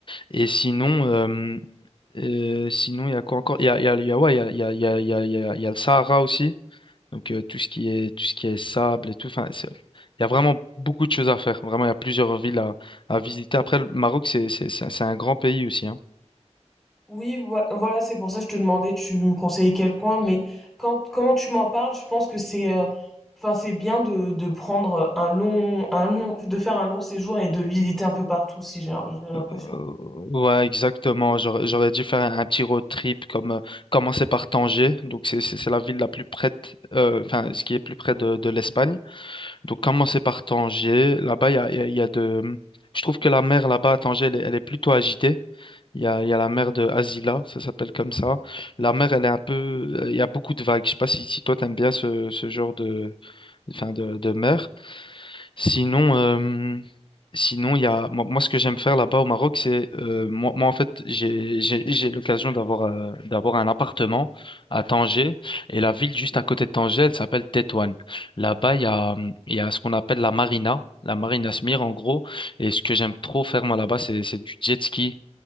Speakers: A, on the left (about 45°); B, in the centre.
A: Et sinon, euh, euh, sinon il y a quoi encore? Il y a, il y a, il y a- ouais, il y a, il y a, il y a, il y a, il y a il y a le Sahara aussi. Donc euh, tout ce qui est tout ce qui est sable et tout, enfin, c'est- il y a vraiment beaucoup de choses à faire. Vraiment, il y a plusieurs villes à, à visiter. Après, le Maroc, c'est c'est c'est- c'est un grand pays aussi, hein.
B: Oui, voi- voilà, c'est pour ça que je te demandais, tu me conseillais quel coin, mais quand, comment tu m'en parles, je pense que c'est, euh, enfin, c'est bien de, de prendre un long, un long, de faire un long séjour et de visiter un peu partout, si j'ai j'ai l'impression.
A: Euh, ouais, exactement. J'aurais j'aurais dû faire un, un petit road trip comme euh, commencer par Tanger. Donc c'est c'est c'est la ville la plus près, euh, enfin ce qui est plus près de, de l'Espagne. Donc commencer par Tanger. Là-bas, il y a, il y a il y a de, je trouve que la mer là-bas à Tanger, elle est elle est plutôt agitée. Il y a, il y a la mer de Asila, ça s'appelle comme ça. La mer, elle est un peu. euh, Il y a beaucoup de vagues. Je sais pas si, si toi, t'aimes bien ce, ce genre de, enfin de, de mer. Sinon, euh, sinon il y a, moi, moi, ce que j'aime faire là-bas au Maroc, c'est. euh, moi, moi, en fait, j'ai, j'ai, j'ai l'occasion d'avoir euh, d'avoir un appartement à Tanger. Et la ville juste à côté de Tanger, elle s'appelle Tétouan. Là-bas, il y a, hum, il y a ce qu'on appelle la marina. La marina Smir, en gros. Et ce que j'aime trop faire, moi, là-bas, c'est c'est du jet ski.